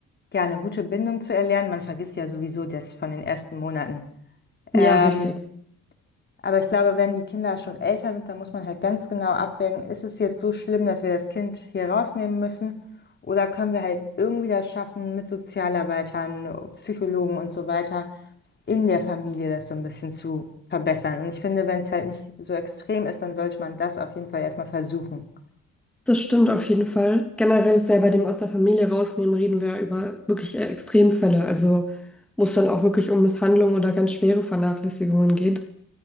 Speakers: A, on the left; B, in the centre.
A: ja eine gute Bindung zu erlernen. Man vergisst ja sowieso das von den ersten Monaten.
B: Ja,
A: Ähm,
B: richtig.
A: aber ich glaube, wenn die Kinder schon älter sind, dann muss man halt ganz genau abwägen, ist es jetzt so schlimm, dass wir das Kind hier rausnehmen müssen? Oder können wir halt irgendwie das schaffen, mit Sozialarbeitern, Psychologen und so weiter in der Familie das so ein bisschen zu verbessern? Und ich finde, wenn es halt nicht so extrem ist, dann sollte man das auf jeden Fall erstmal versuchen.
B: Das stimmt auf jeden Fall. Generell ist ja bei dem aus der Familie rausnehmen, reden wir ja über wirklich eher Extremfälle. Also, wo es dann auch wirklich um Misshandlung oder ganz schwere Vernachlässigungen geht.